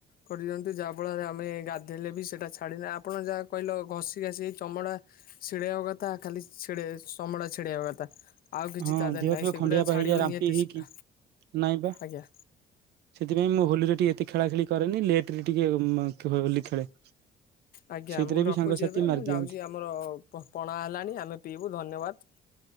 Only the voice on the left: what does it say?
କରିଦିଅନ୍ତି। ଯାହା ଫଳରେ ଆମେ ଗାଧେଇଲା ଲେ ବି ସେଟା ଛାଡେନା। ଆପଣ ଯାହା କହିଲ ଘଷି ଘାସିହେଇ ଚମଡ଼ା ଛିଡ଼େଇବା କଥା ଖାଲି ଛିଡେ। ଚମଡ଼ା ଛିଡେଇବା କଥା ଆଉ କିଛି
ତାଧେରେ
ନାହିଁ।
ସେଗୁରା
ଛାଡିବନି
ଏତେ
ଶୀଘ୍ର।
ଆଜ୍ଞା।
ଆଜ୍ଞା,
ମୁଁ ରଖୁଛି
ଏବେ
ମୁଁ
ଯାଉଛି, ଆମର ପଣା ହେଲାଣି। ଆମେ ପିଇବୁ ଧନ୍ୟବାଦ।